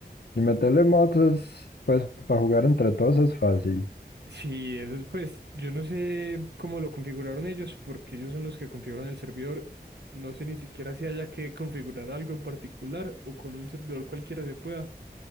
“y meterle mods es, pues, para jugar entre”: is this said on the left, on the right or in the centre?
Left